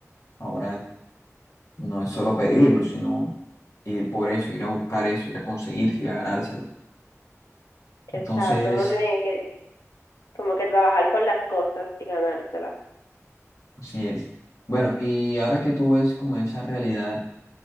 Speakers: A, on the left; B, on the left.
A: Ahora no es solo pedirlo, sino ir por eso, ir a buscar eso, ir a conseguir, ir a ganárselo.
B: Exacto.
A: Entonces,
B: Uno tiene que como que trabajar por las cosas y ganárselas.
A: así es. Bueno, y ahora que tú ves como esa realidad,